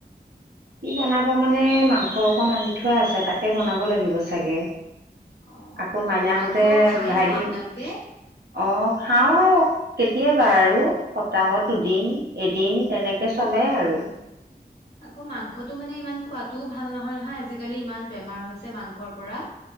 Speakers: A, on the right (about 75°); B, on the left (about 70°).
A: কি বনাব মানে মাংস অকণ আনি থোৱা আছে তাকে বনাব লাগিব চাগে।
B: অ',
A: আকৌ মাইনাহঁতে
B: মাংস খাই
A: ভাগিন,
B: ন আপোনালোকে?
A: অ খাও কেতিয়াবা আৰু সপ্তাহত দুদিন এদিন তেনেকে চলে আৰু
B: আকৌ মাংসটো মানে ইমান খোৱাটোও ভাল নহয় নহয় আজিকালি ইমান বেমাৰ হৈছে মাংসৰ পৰা।